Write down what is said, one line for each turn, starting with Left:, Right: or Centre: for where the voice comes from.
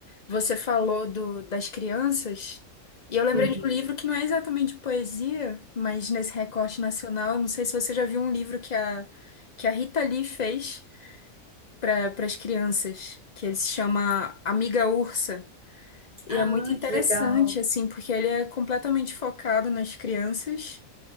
Left: Você falou do, das crianças, e eu lembrei
Right: <laughs>
Left: de um livro que não é exatamente poesia, mas nesse recorte nacional, não sei se você já viu um livro que a, que a Rita Lee fez para as crianças, que ele se chama Amiga Ursa. E
Right: Ah,
Left: é muito interessante,
Right: que legal.
Left: assim, porque ele é completamente focado nas crianças